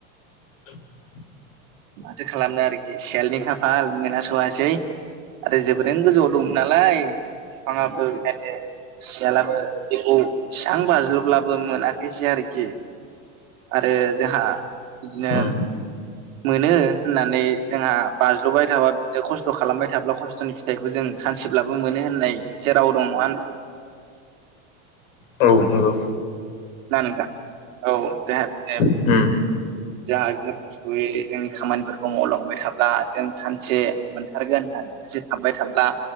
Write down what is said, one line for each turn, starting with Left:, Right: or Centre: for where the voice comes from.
Left: <inaudible>
Right: माथो खालामनो आरोखि सियालनि खाफाल मोनहा स'वासै। आरो जोबोरैनो गोजौआव दंमोन नालाय फिफाङाबो आरो सियालाबो बेखौ बेसां बाज्लोबब्लाबो मोनाखैसै आरोखि। आरो जोंहा बिदिनो
Left: उम
Right: मोनो होननानै जोंहा बाज्ल'बाय थाबा बिदिनो खस्थ' खालामबाय थाब्ला खस्थ'नि फिथाइखौ जों सानसेब्लाबो मोनो होननाय सेराव दंङ नङा <unintelligible> ला
Left: औ नोंगौ।
Right: ना नोंथां औ जोंहा बिदिनो
Left: उम।
Right: जोहा बिदिनो खस्थ'यै जोंनि खामानिफोरखौ मावलांबाय थाब्ला जों सानसे मोनथारगोन होननानै एसे थाबबाय थाब्ला